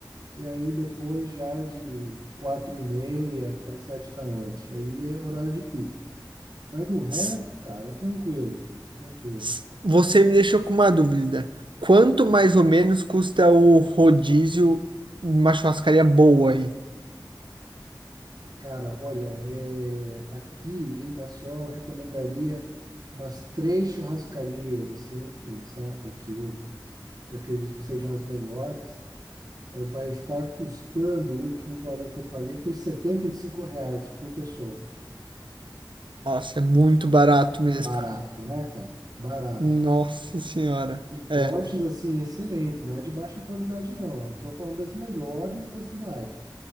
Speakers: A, on the right (about 55°); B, on the right (about 85°).
A: e aí depois já de quatro e meia até sete da noite. Aí é horário de pico. Mas do resto,
B: s-
A: cara, é tranquilo, tranquilo.
B: s- Você me deixou com uma dúvida. Quanto mais ou menos custa o rodízio em uma churrascaria boa aí?
A: Cara, olha, é, aqui em Maceió eu recomendaria umas três churrascarias assim que são que eu eu acredito que sejam as melhores, é, vai estar custando, o último valor que eu paguei foi 75 reais por pessoa.
B: Nossa, é muito barato mesmo.
A: Barato, né, cara? Barato.
B: <laughs> Nossa senhora.
A: E cortes,
B: É,
A: assim, excelentes, não é de baixa qualidade, não. Eu tô falando das melhores da cidade.